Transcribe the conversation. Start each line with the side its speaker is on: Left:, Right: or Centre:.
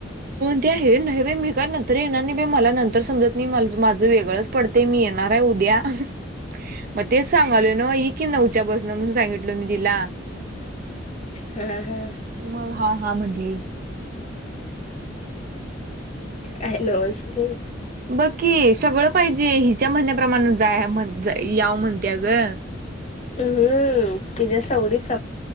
Right: ते आहे नाही बाई मी काय नंतर येणार नाही बाई मला नंतर समजत नाही माझं वेगळंच पडते मी येणार आहे उद्या <inaudible> मग तेच सांगालोय नव्हं इकि नऊच्या बसन म्हणून सांगितलो मी तिला
Left: हा हा
Right: मग हा हा म्हंटली
Left: काय नव्हंच ते.
Right: बघ की सगळं पाहिजे हिच्या म्हणण्याप्रमाण जा म्हणं याव म्हणतीया गं
Left: ह् हम्म तिच्या्या सावडीत